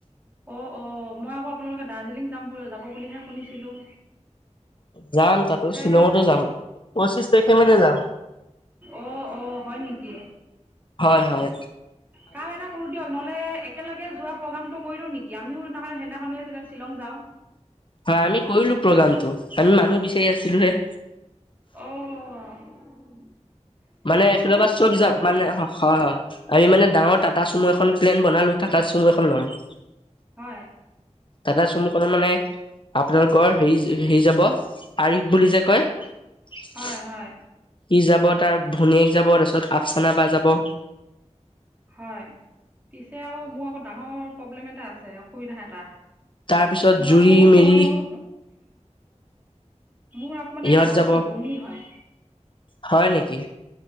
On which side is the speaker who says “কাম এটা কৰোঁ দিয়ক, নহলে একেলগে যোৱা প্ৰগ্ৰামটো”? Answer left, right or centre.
Right